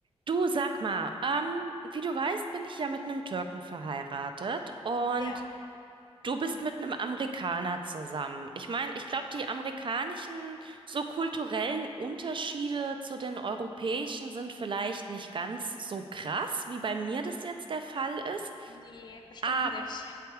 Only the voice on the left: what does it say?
Ja,
ne, bestimmt
nicht.